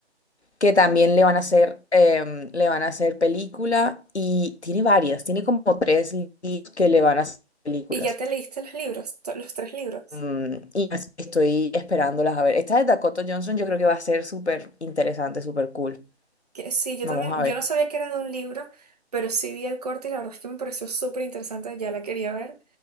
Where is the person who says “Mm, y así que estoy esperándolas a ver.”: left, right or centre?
Left